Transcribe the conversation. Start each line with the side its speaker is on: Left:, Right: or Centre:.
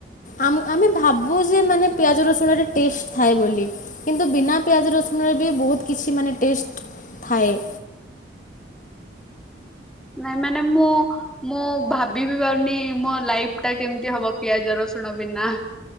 Left: ଆମ ଆମେ ଭାବୁ ଯେ ମାନେ ପିଆଜ ରସୁଣରେ ଟେଷ୍ଟ ଥାଏ ବୋଲି। କିନ୍ତୁ ବିନା ପିଆଜ ରସୁଣରେ ବି ବୋହୁତ କିଛି ମାନେ ଟେଷ୍ଟ ଥାଏ।
Centre: ନାଇଁ ମାନେ ମୁଁ ମୁଁ ଭାବି ବି ପାରୁନି ମୋ ଲାଇଫ ଟା କେମିତି ହବ। ପିଆଜ ରସୁଣ ବିନା